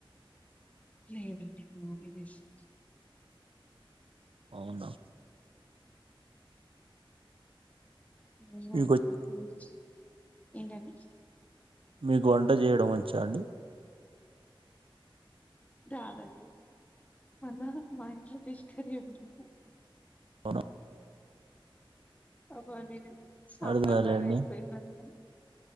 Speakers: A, on the left (about 15°); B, on the right (about 75°).
A: లేదండి మ మమ్మీ జేషింది.
B: అవునా
A: <unintelligible>
B: మీకు వచ్
A: ఏంటండీ
B: మీకు వంట చేయడం వచ్చా అండి
A: రాదండి అన్నరూ మాఇంట్లో ఫిష్ కర్రీ ఒండ్రు
B: అవునా
A: అబ అనేది సంబర్లగైపోయింది
B: అర్థం కాలే అండి
A: అన్నం